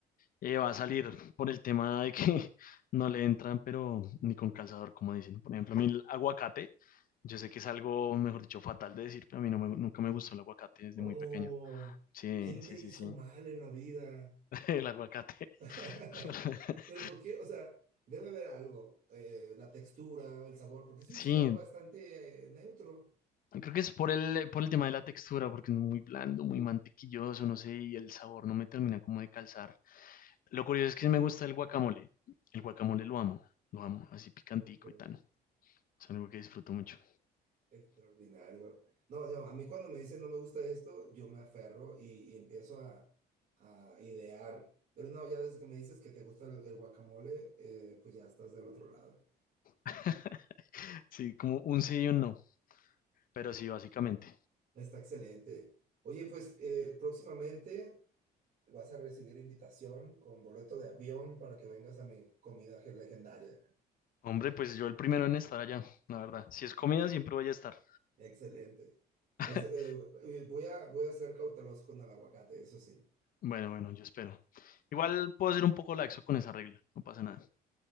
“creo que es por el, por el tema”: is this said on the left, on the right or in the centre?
Left